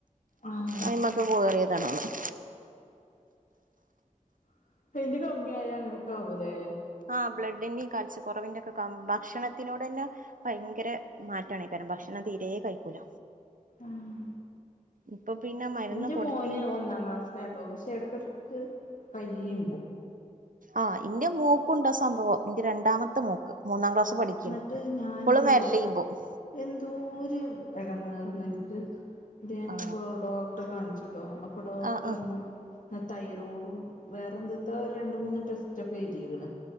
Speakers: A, on the left (about 70°); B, on the right (about 75°).
A: ആഹ്
B: അയിമ്മെക്ക് കേറിയതാ ഇതാണോള്ളത്.
A: <unintelligible> യിന്റെ കമ്മിയായ അങ്ങനെയൊക്കെ ആവൂല്ലേ
B: ആ ബ്ലഡിന്റെയും കാഴ്ച്ചക്കുറവിന്റെയൊക്കെ കമ്മ് ഭക്ഷണത്തിനോട് തന്നെ ഭയങ്കര മാറ്റവാണ് <unintelligible> തീരെ കഴിക്കൂല.
A: ആഹ്
B: ഇപ്പൊ പിന്നെ മരുന്ന്
A: എന്റെ
B: കൊടുത്തി
A: മോന് ഒന്നാം ക്ലാസ്സിലാട്ടോ പക്ഷെ ഇടക്കിടക്ക് കയ്യും
B: ആഹ് എന്റെ മോക്കും ഉണ്ടാ സംഭവം എന്റെ രണ്ടാമത്തെ മോക്ക് മൂന്നാം ക്ലാസ് പഠിക്കാണ്
A: എന്നിട്ട് ഞാന്
B: ഇപ്പളും വെരലെയ്യും
A: ഈ
B: പോവും
A: എന്തോരു ഇടങ്ങേറന്ന് എനിക്ക് എന്നിട്ട് ഞാനിപ്പോ
B: ആ
A: ഡോക്ടറെ കാണിച്ചു ട്ടോ അപ്പൊ ഡോക്ടറ്
B: ആ ആ
A: പറഞ്ഞു തൈറോയ്ഡും വേറെ എന്തുതോ ഒരു രണ്ടു മൂന്ന് ടെസ്റ്റ് ഒക്കെ എഴുതിയേക്കണ്